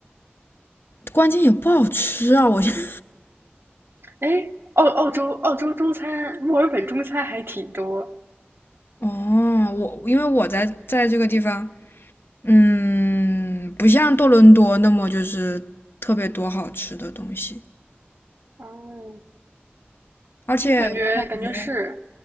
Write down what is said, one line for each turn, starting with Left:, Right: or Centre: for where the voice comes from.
Left: 关键也不好吃啊！我现在
Right: 哎，澳澳洲澳洲中餐，墨尔本中餐还挺多。
Left: <laughs> 哦，我因为我在在这个地方，嗯，不像多伦多那么就是特别多好吃的东西，
Right: 哦，
Left: 而且我感觉
Right: 感觉感觉是